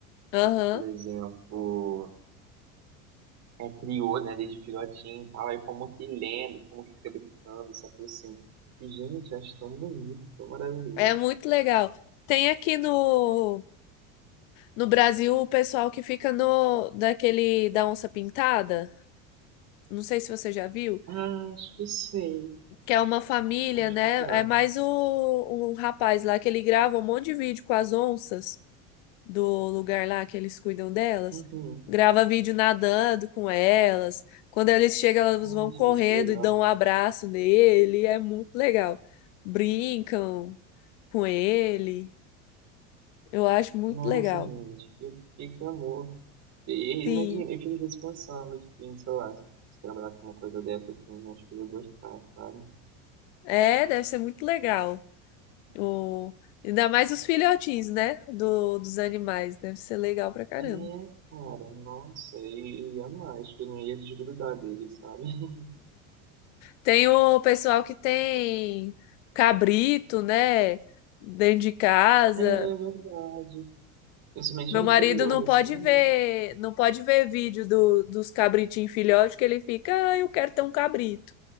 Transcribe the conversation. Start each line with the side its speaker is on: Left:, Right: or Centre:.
Left: Aham.
Right: ou que, por exemplo, é, criou, né, desde filhotinho e tal, e como que lembra, como que fica brincando, se aproxima. Tipo, gente, acho tão bonito, tão maravilhoso.
Left: É muito legal. Tem aqui no No Brasil, o pessoal que fica no daquele da onça pintada, não sei se você já viu,
Right: Ah, acho que sei,
Left: que é uma família,
Right: acho
Left: né?
Right: que já.
Left: É mais o, um rapaz lá que ele grava um monte de vídeo com as onças do lugar lá que eles cuidam delas.
Right: Uhum.
Left: Grava vídeo nadando com elas. Quando eles chegam, elas
Right: Ai,
Left: vão correndo
Right: gente, que legal.
Left: e dão um abraço nele. É muito legal. Brincam com ele. Eu acho muito
Right: Nossa,
Left: legal.
Right: gente, que, que, que amor. E, e
Left: Sim.
Right: imagina, eu fico às vezes pensando, tipo, em, sei lá, se eu trabalhasse com uma coisa dessa, assim, acho que eu ia gostar, sabe?
Left: É, deve ser muito legal. O... Ainda mais os filhotinhos, né? Do, dos animais. Deve ser legal pra caramba.
Right: É, cara, nossa, e e ia mais, acho que eu não ia desgrudar dele, sabe? <laughs>
Left: Tem o pessoal que tem cabrito, né? Dentro de casa.
Right: É verdade. Principalmente
Left: Meu
Right: no
Left: marido
Right: interior,
Left: não pode
Right: assim,
Left: ver,
Right: né?
Left: não pode ver vídeo do, dos cabritinhos filhotes, que ele fica, ah, eu quero ter um cabrito.